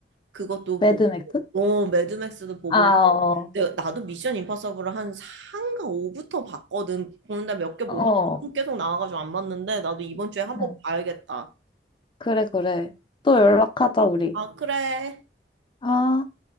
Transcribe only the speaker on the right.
그것도
보고, 어, 매드맥스도 보고,
내가, 나도 미션 임파서블을 한 4인가 5부터 봤거든. 보는데 몇 개 보다가
계속 나와가지고 안 봤는데, 나도 이번 주에 한번
봐야겠다.
그래.
아, 그래.